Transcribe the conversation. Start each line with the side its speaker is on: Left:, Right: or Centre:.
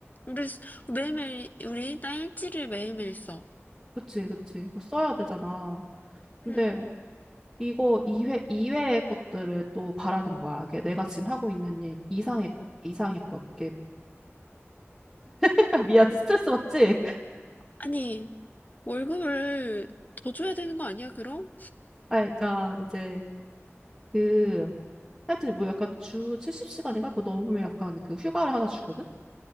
Left: 우리, 스- 매일매일, 우리 일지를 매일매일 써.
Centre: 그치 그치 그거 써야 되잖아 근데
Left: 음.
Centre: 이거 이회이외의 것들을 또 바라는 거야. 이게 내가 지금 하고 있는 일 이상의, 이상의 것, 이게 <laughs> 미안, 너 스트레스 받지?
Left: 아니, 월급을 더 줘야 되는 거 아니야, 그럼?
Centre: 아, 그러니까 이제 그 하여튼 뭐 약간 주 70시간인가 그거 넘으면 약간 그 휴가를 하나 주거든?